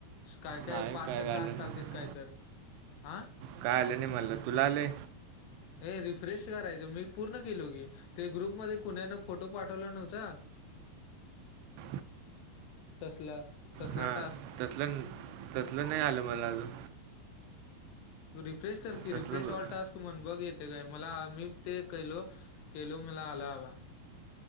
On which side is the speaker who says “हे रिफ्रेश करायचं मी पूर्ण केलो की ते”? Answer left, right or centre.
Left